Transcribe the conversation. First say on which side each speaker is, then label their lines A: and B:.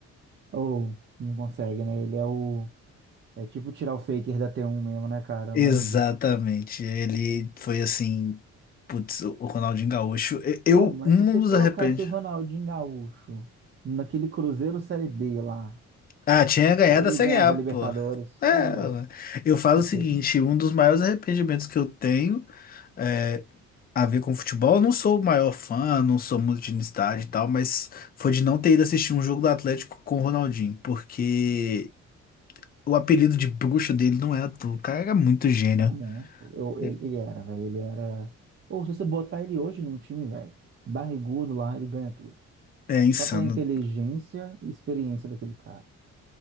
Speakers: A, on the right; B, on the left.
A: Ou não consegue, né? Ele é o. É tipo tirar o Faker da T1 mesmo, né, cara?
B: Exatamente.
A: Não.
B: Ele foi assim. Putz, o Ronaldinho Gaúcho. e- Eu
A: Ô, mas
B: não
A: se você
B: nos
A: colocasse
B: arrepende.
A: o Ronaldinho Gaúcho naquele Cruzeiro Série B lá,
B: Ah, tinha ganhado
A: ele
B: a Série
A: ganhava
B: A, pô.
A: Libertadores.
B: É,
A: É, ué.
B: eu falo
A: Aquele
B: o seguinte: um dos maiores arrependimentos que eu tenho é, a ver com futebol. Eu não sou o maior fã, não sou muito de ir no estádio e tal, mas foi de não ter ido assistir um jogo do Atlético com o Ronaldinho, porque o apelido de bruxo dele não é à toa. O cara era muito gênio.
A: Era um monstro. Eu, ele,
B: É
A: ele era, velho. Ele era. Ou se você botar ele hoje num time, velho, barrigudo lá, ele ganha tudo.
B: é insano.
A: Só pela inteligência e experiência daquele cara.